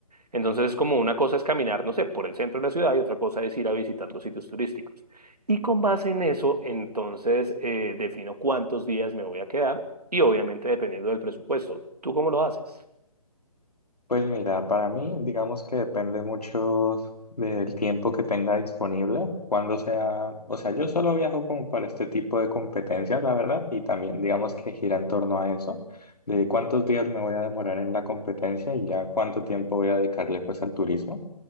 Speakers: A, on the right (about 85°); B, on the left (about 85°).
A: Entonces es como una cosa es caminar, no sé, por el centro de la ciudad y otra cosa es ir a visitar los sitios turísticos. Y con base en eso, entonces eh, defino cuántos días me voy a quedar y obviamente dependiendo del presupuesto. ¿Tú cómo lo haces?
B: Pues mira, para mí, digamos que depende mucho del tiempo que tenga disponible, cuando sea, o sea, yo solo viajo como para este tipo de competencias, la verdad, y también digamos que gira en torno a eso, de cuántos días me voy a demorar en la competencia y ya cuánto tiempo voy a dedicarle pues al turismo.